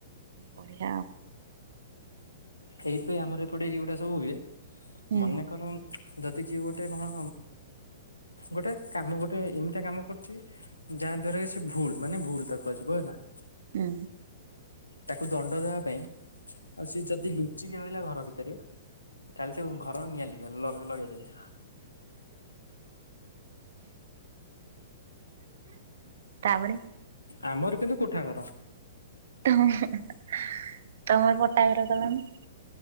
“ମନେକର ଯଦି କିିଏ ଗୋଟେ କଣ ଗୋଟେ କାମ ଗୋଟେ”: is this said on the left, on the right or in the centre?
Left